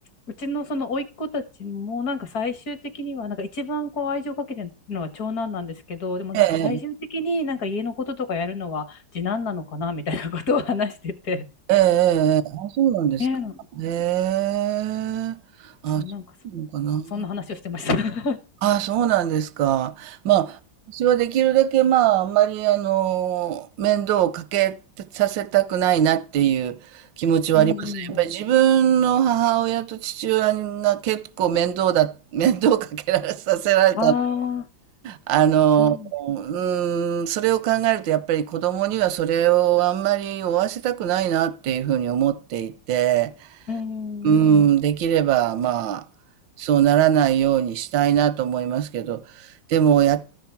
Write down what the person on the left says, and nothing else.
うちのその甥っ子たちもなんか最終的にはなんか一番こう愛情かけてるのは長男なんですけど、でもなんか最終的になんか家のこととかやるのは次男なのかなみたいなことを話してて。
ね
え、
そう、
なんかそんな、そんな話をしてました。<laughs>
うんうん。
<laughs> ああ、
そう。
うーん。